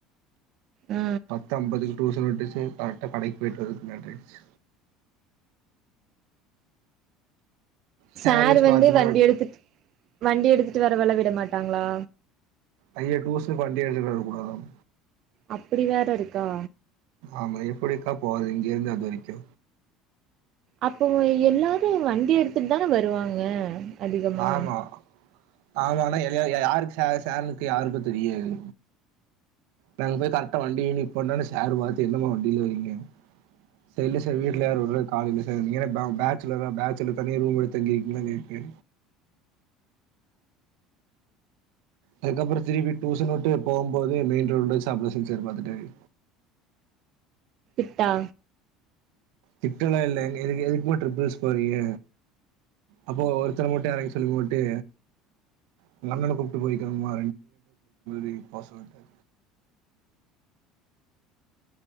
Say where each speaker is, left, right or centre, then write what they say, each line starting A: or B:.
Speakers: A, on the right; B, on the right.
A: ஆ
B: பத் அம்பதுக்கு டூஷன் விட்டுச்சி கரெக்டா கடைக்கு போயிட்டு வருதுக்கு லேட்டாடிச்சி சார்
A: சேரு
B: வச்சு
A: வந்து
B: பாத்தும்போது
A: வண்டி எடுத்துட்டு வண்டி எடுத்துட்டு வரவல விட மாட்டாங்களா
B: அய்ய டூஷ்க்கு வண்டி எடுத்துட்டு வரகூடாது
A: அப்பிடி வேற இருக்கா
B: ஆமா எப்பிடிக்கா போத இங்கேந்து அது வரைக்கு
A: அப்பவ எல்லாரு வண்டி எடுத்துட்டுதான வருவாங்க அதிகமா
B: ஆமா ஆமானா எலியா ய யாருக்கு சேர் சேர்னுக்கு யாருக்கு தெரியாது நாங்க போய் கரெக்டா வண்டிய நிப்போண்டானனு சேரு பாத்து என்னமா வண்டியிலவறீங்க சேர் இல்ல சார் வீட்டுல யாரு உடர்த்துக்கு ஆளு இல்ல சார் நீங்க என்ன பே பேச்சுலரா பேச்சுலர் தானியே ரூம் எடுத்து தங்கிருக்கீங்கன்னா கேக்கே அதுக்கப்புறோ திருப்பி டூசன்விட்டு போம்போது மெயின் ரோடுல சாப்பிட செஞ்சரு பாத்துட்டாரு
A: ட்டா
B: திட்டலா இல்ல எதுக்கு எதுக்குமா டிட்டரிபில்ஸ் போறீங்க அப்போ ஒருத்தர் மட்டு எறங்க சொல்லி ஓட்டு உங்க அண்ணன கூப்புட்டு போயக்கமா நீ <unintelligible> பாசக